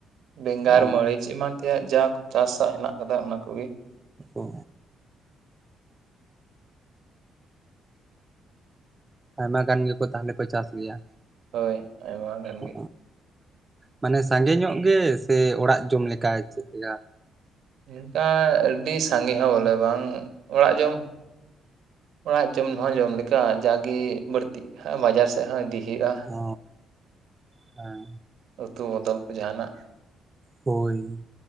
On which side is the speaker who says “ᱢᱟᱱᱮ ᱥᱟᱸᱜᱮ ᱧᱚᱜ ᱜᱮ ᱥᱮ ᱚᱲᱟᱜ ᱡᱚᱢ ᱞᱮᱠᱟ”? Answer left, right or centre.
Right